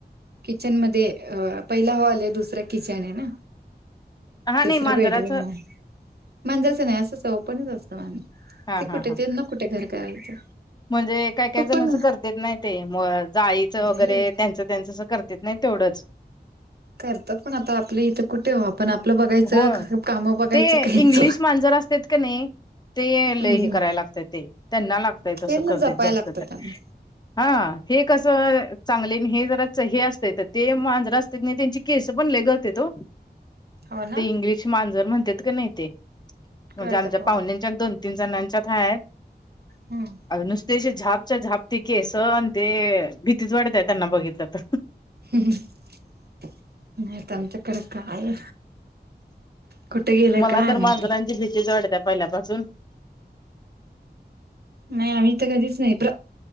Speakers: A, on the right (about 65°); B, on the left (about 25°).
A: किचन मध्ये अ पहिला हॉल आहे दुसरा किचन आहे ना
B: हा
A: तिसरं
B: नाही मांजराच
A: बेडरूम आहे मांजरचं नाही असंच आहे ओपनच असतं
B: हा
A: ते
B: हा
A: कुठे
B: हा
A: ते ना कुठे घर करायचं
B: म्हणजे काही काही
A: हो
B: जण
A: पण
B: असं करत नाही ते म जाईचं
A: नाही
B: वगैरे
A: हो.
B: त्यां त्यांच अस करत नाही तेवढंच
A: करतात पण आता आपल्या इथे कुठे वार पण आपलं बघायचं
B: हो
A: काम बघायची
B: ते
A: काहीच
B: इंग्लिश मांजर असतात का नाही ते
A: हम्
B: लय हे
A: हम्
B: करायला लागतय ते त्यांना लागतयसं
A: त्यांना
B: करते
A: जपायला
B: जास्त
A: लागतं
B: तर
A: त्यांना
B: हा हे कसं चांगले हे जरा हे असते तर ते मांजरा त्यांनी त्यांची केस पण लय गळतात ओ
A: हो ना
B: ते इंग्लिश मांजर म्हणतात का नाही ते म्हणजे
A: कळतात
B: आमच्या
A: हो
B: पाहुण्यांच्या दोन एकएक जणांच्या हायत
A: हम्.
B: अगं नुसते असं झापच्या झाप ते केंस आणि ते भीतीच वाटत्या त्यांना बघितलं तर.
A: हं हं नाहीत आमच्याकडे काय कुठे गेलं
B: मला
A: काय
B: तर
A: माहिती
B: मांजरांची भीतीच वाटत्या पहिल्यापासून.
A: नाही आम्ही तर कधीच नाही प्र